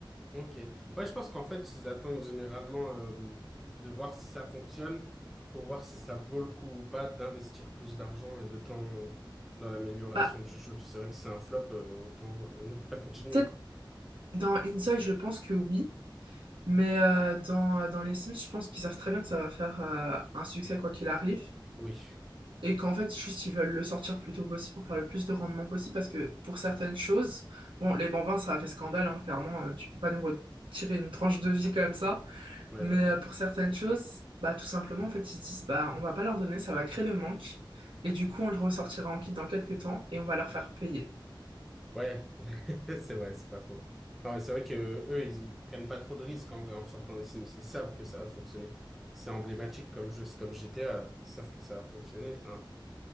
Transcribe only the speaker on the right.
Bah,
peut-être
Dans Inside, je pense que oui, mais euh, dans, euh, dans les Sims, je pense qu'ils savent très bien que ça va faire euh, un succès quoi qu'il arrive,
et qu'en fait, juste, ils veulent le sortir le plus tôt possible pour faire le plus de rendement possible, parce que pour certaines choses, bon, les bambins, ça a fait scandale, hein, clairement, euh, tu peux pas nous retirer une tranche de vie comme ça,
mais
euh, pour certaines choses, bah, tout simplement, en fait, ils se disent, bah, on va pas leur donner, ça va créer le manque, et du coup, on le ressortira en kit dans quelques temps, et on va leur faire payer.